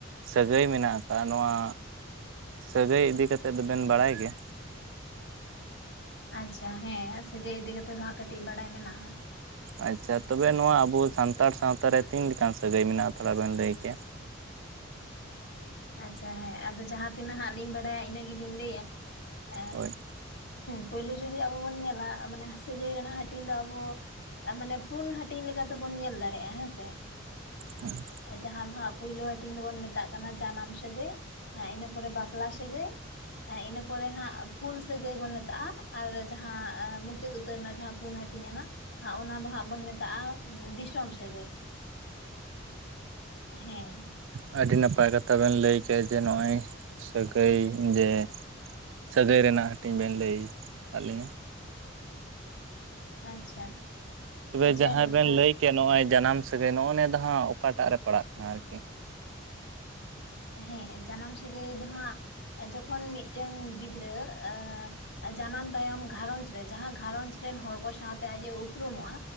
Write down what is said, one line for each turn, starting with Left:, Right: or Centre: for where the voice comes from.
Right: ᱥᱟᱹᱜᱟᱹᱭ ᱢᱮᱱᱟᱜ ᱟᱠᱟᱫᱼᱟ ᱱᱚᱣᱟ ᱥᱟᱹᱜᱟᱹᱭ ᱤᱫᱤ ᱠᱟᱛᱮᱫ ᱫᱚᱵᱮᱱ ᱵᱟᱲᱟᱭ ᱜᱮᱭᱟ?
Left: ᱟᱪᱪᱷᱟ ᱦᱮᱸ ᱥᱟᱹᱜᱟᱹᱭ ᱤᱫᱤ ᱠᱟᱛᱮᱫ ᱫᱚ ᱦᱟᱸᱜ ᱠᱟᱹᱴᱤᱡ ᱵᱟᱲᱟᱭ ᱢᱮᱱᱟᱜᱼᱟ᱾
Right: ᱟᱪᱪᱷᱟ ᱛᱚᱵᱮ ᱱᱚᱣᱟ ᱟᱵᱚ ᱥᱟᱱᱛᱟᱲ ᱥᱟᱶᱛᱟᱨᱮ ᱛᱤᱱᱞᱮᱠᱟᱱ ᱥᱟᱹᱜᱟᱹᱭ ᱢᱮᱱᱟᱜᱼᱟ ᱛᱷᱚᱲᱟ ᱵᱮᱱ ᱞᱟᱹᱭ ᱠᱮᱭᱟ?
Left: ᱟᱪᱪᱷᱟ ᱦᱮᱸ ᱟᱫᱚ ᱡᱟᱦᱟᱸ ᱛᱤᱱᱟᱹᱜ ᱦᱟᱸᱜ ᱞᱤᱧ ᱵᱟᱲᱟᱭᱟ ᱤᱱᱟᱹ ᱜᱮᱞᱤᱧ ᱞᱟᱹᱭᱟ ᱮ
Right: ᱦᱳᱭ
Left: ᱯᱳᱭᱞᱳ ᱡᱩᱫᱤ ᱟᱵᱚ ᱵᱚᱱ ᱧᱮᱞᱟ ᱢᱟᱱᱮ ᱦᱟᱹᱥᱤ ᱜᱟᱹᱭ ᱨᱮᱱᱟᱜ ᱦᱟᱹᱴᱤᱧ ᱫᱚ ᱟᱵᱚ ᱢᱟᱱᱮ ᱯᱩᱱ ᱦᱟᱹᱴᱤᱧ ᱞᱮᱠᱟ ᱛᱮᱵᱚᱱ ᱧᱮᱞ ᱫᱟᱲᱮᱭᱟᱜᱼᱟ ᱦᱮᱸᱥᱮ᱾
Right: ᱦᱮᱸ᱾
Left: ᱡᱟᱦᱟᱸ ᱫᱚ ᱦᱟᱸᱜ ᱯᱩᱭᱞᱳ ᱦᱟᱹᱴᱤᱧ ᱫᱚᱵᱚᱱ ᱢᱮᱛᱟᱜ ᱠᱟᱱᱟ ᱡᱟᱱᱟᱢ ᱥᱟᱹᱜᱟᱹᱭ ᱤᱱᱟᱹ ᱯᱚᱨᱮ ᱵᱟᱯᱞᱟ ᱥᱟᱹᱜᱟᱹᱭ ᱤᱱᱟᱹ ᱯᱚᱨᱮ ᱦᱟᱸᱜ ᱯᱷᱩᱞ ᱥᱟ. ᱜᱟᱭ ᱵᱚᱱ ᱢᱮᱛ ᱛᱟᱜᱟ ᱟᱨ ᱡᱟᱦᱟᱸ ᱢᱩᱪᱟᱹᱫ ᱩᱛᱟᱹᱨ ᱨᱮᱱᱟᱜ ᱡᱟᱦᱟᱸ ᱯᱩᱱ ᱦᱟᱹᱴᱤᱧ ᱚᱱᱟ ᱟᱨ ᱚᱱᱟ ᱫᱚ ᱦᱟᱸᱜ ᱵᱚᱱ ᱢᱮᱛᱟᱜᱼᱟ ᱫᱤᱥᱚᱢ ᱥᱟᱹᱜᱟᱹᱭ᱾ ᱦᱮᱸ
Right: ᱦᱮᱸ ᱟᱹᱰᱤ ᱱᱟᱯᱟᱭ ᱠᱟᱛᱷᱟ ᱵᱮᱱ ᱞᱟᱹᱭ ᱠᱮᱫ ᱡᱮ ᱱᱚᱜᱚᱭ ᱥᱟᱹᱜᱟᱹᱭ ᱡᱮ ᱥᱟᱹᱜᱟᱹᱭ ᱨᱮᱱᱟᱜ ᱦᱟᱹᱴᱤᱧ ᱵᱮᱱ ᱞᱟᱹᱭ ᱟᱫ ᱞᱤᱧᱟ
Left: ᱟᱪᱪᱷᱟ
Right: ᱛᱚᱵᱮ
Left: ᱡᱟᱭᱦᱳᱠ
Right: ᱡᱟᱦᱟᱸᱭ ᱵᱮᱱ
Left: ᱛᱟᱦᱚᱞᱮ
Right: ᱞᱟᱹᱭ ᱠᱮᱫ ᱱᱚᱜ-ᱚᱭ ᱡᱟᱱᱟᱢ ᱥᱟᱹᱜᱟᱹᱭ ᱱᱚᱜᱚ ᱱᱤᱭᱟᱹ ᱫᱚ ᱦᱟᱸᱜ ᱚᱠᱟᱴᱟᱜ ᱨᱮ ᱯᱟᱲᱟᱜ ᱠᱟᱱᱟ ᱟᱨᱠᱤ
Left: ᱦᱮᱸ ᱡᱟᱱᱟᱢ ᱥᱟᱹᱜᱟᱹᱭ ᱫᱚ ᱦᱟᱸᱜ ᱡᱚᱠᱷᱚᱱ ᱢᱤᱫᱴᱟᱱ ᱜᱤᱫᱽᱨᱟᱹ ᱟ ᱡᱟᱱᱟᱢ ᱛᱟᱭᱚᱢ ᱜᱷᱟᱨᱚᱸᱣᱡᱽ ᱨᱮ ᱡᱟᱦᱟᱸ ᱜᱷᱟᱨᱚᱸᱧᱡᱽ ᱨᱮᱱ ᱦᱚᱲ ᱠᱚ ᱥᱟᱶᱛᱮ ᱟᱡ ᱮ ᱩᱯᱨᱩᱢᱚᱜ-ᱟ